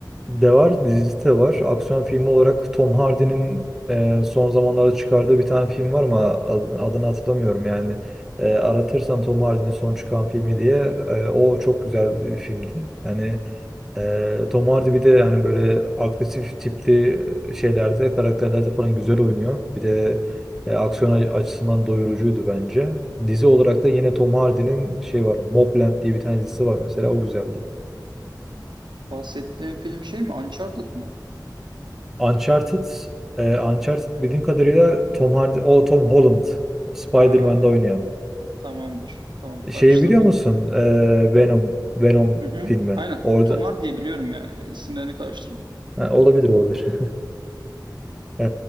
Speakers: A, in the centre; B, on the right.
A: de var, dizisi de var. Aksiyon filmi olarak Tom Hardy'nin e, son zamanlarda çıkardığı bir tane film var ama ad- adını hatırlamıyorum yani. E, aratırsan Tom Hardy'nin son çıkan filmi diye e, o çok güzel bir filmdi. Yani e, Tom Hardy bir de yani böyle agresif tipli e, şeylerde, karakterlerde falan güzel oynuyor. Bir de e, aksiyon a- açısından doyurucuydu bence. Dizi olarak da yine Tom Hardy'nin şey var, Mobland diye bir tane dizisi var mesela o güzeldi.
B: Bahsettiğin film şey mi? Uncharted mı?
A: Uncharted, e, Uncharted bildiğim kadarıyla Tom Hardy, o Tom Holland, Spider-Man'de
B: Ha,
A: oynayan.
B: tamamdır. Tamam karıştırdım.
A: Şeyi biliyor musun? E, Venom, Venom
B: Hı hı.
A: filmi.
B: Aynen.
A: Orada.
B: Tomar diye biliyorum ya. İsimlerini karıştırdım.
A: Ha, olabilir, olabilir. <laughs> E,